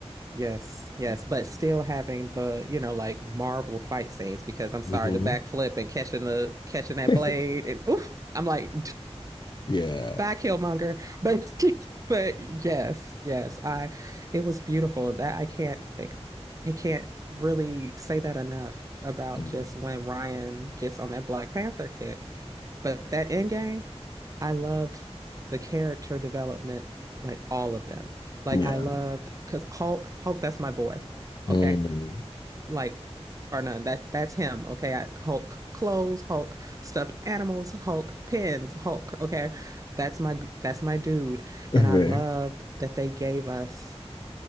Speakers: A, on the right; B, on the left.
A: yes, yes. But still having the, you know, like Marvel fight scenes because I'm sorry,
B: hmm
A: the backflip and catching the catching
B: <laughs>
A: that blade and oof, I'm like,
B: Yeah.
A: by Killmonger. But <laughs> but yes, yes, I it was beautiful. That I can't it, you can't really say that enough about
B: <laughs>
A: just when Ryan gets on that Black Panther kick. But that end game, I loved the character development, like all of them. Like
B: Yeah.
A: I loved because Hulk, Hulk, that's my boy.
B: Mm.
A: Okay like or none. That that's him. Okay. I, Hulk clothes, Hulk stuffed animals, Hulk pins, Hulk. Okay. That's my that's my dude.
B: Okay.
A: And I loved that they gave us